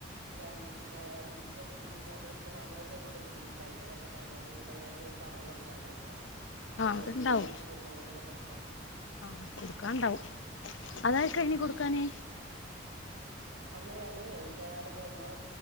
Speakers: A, on the right; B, on the left.
A: രണ്ട് ര- അപ്പൊന്നല്ലെ എനിക്ക് നന്നൂറ് രൂപ കിട്ടിയിട്ടുണ്ടായിരുന്നു അപ്പൊ നന്നൂറ് രൂപ ഞാൻ ഒരു കടം കൊടുക്കാണ്ടായിരുന്നു അത്
B: ആഹ്
A: കൊടുത്തു
B: അത്ണ്ടാവും
A: ഇനി എനിക്ക് മുന്നൂറും കൂടെ കൊടുക്കാനുണ്ട്
B: ആഹ് കൊടുക്കാണ്ടാവും അതായിരിക്കാ ഇനി കൊടുക്കാനേ
A: അന്ന് ഞാന് തേവാല പോകുമ്പോ